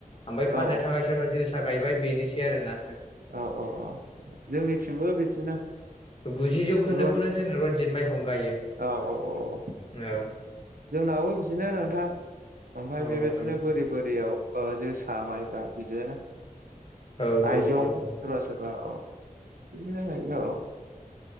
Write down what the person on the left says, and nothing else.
ओमफ्राय
फाननो थाखाय सोरबा जो फसा गायबाय बेनोसै आरो ना
गुजि जौ खोन्दोखौनो
जोंङो रनजित माइ फं गायो
औ
औ
नंगौ।
औ
औ औ औ